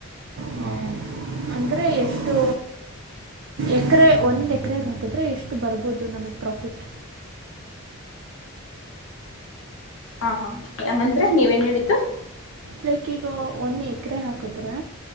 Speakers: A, on the right; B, on the left.
A: ಹಾ ಅಂದ್ರೆ ಎಷ್ಟು ಎಕರೆ ಒಂದ್ ಎಕರೆಗೆ ಹಾಕುತ್ತೆ ಹರೆ ಎಷ್ಟು ಬರ್ಬೋದು ನಮಗೆ ಪ್ರಾಫಿಟ್
B: ಹಾ ಹಾ ಹಂಗಂದ್ರೆ ನೀವೇನ್ ಹೇಳಿದ್ದು?
A: ಲೈಕ್ ಈಗ, ಒಂದ ಎಕರೆ ಹಾಕುದ್ರೆ